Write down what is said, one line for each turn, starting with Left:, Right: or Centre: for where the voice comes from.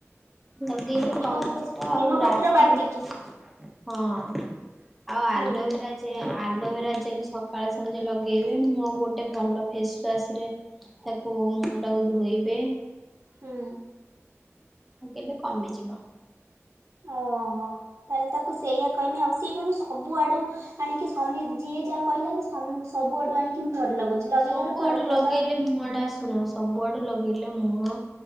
Centre: ଲଗେଇଲେ
Right: ନିମ
Centre: କମିଯିବ ଆଉ
Right: ନିମପତ୍ର
Centre: ରାତିରେ
Right: ବାଟିକି
Centre: ହଁ ଆଉ ଆଲୋଭେରା
Right: ହୁଁ
Centre: ଜେ ଆଲୋଭେରା ଜେଲ୍ ସ ସକାଳେ ସଞ୍ଜେ ଲଗେଇବେ ମୁହଁ ଗୋଟେ ଭଲ ଫେସ୍ ୱାସ ରେ ତାକୁ ମୁହଁ ଟାକୁ ଧୋଇବେ।
Right: ହୁଁ।
Centre: ଲଗେଇଲେ କମିଯିବ।
Right: ଓହୋ ତାହେଲେ ତାକୁ ସେଇଆ କଇମି ଆଉ ସିଏ କିନ୍ତୁ ସବୁଆଡୁ ଆଣିକି ସମୀ ଯିଏ ଯାହା କହିଲା କି ସ ସବୁଆଡୁ ଆଣିକି ମୁଁହରେ ଲଗଉଛି। ଲଗେଇଲା
Centre: ସବୁଆଡୁ
Right: ବେଳୁ କଣ ମୁହଁ
Centre: ଲଗେଇଲେ
Right: ତାର
Centre: ମୁହଁ ଟା ଶୁଣ ସବୁଆଡୁ ଲଗେଇଲେ ମୁହଁ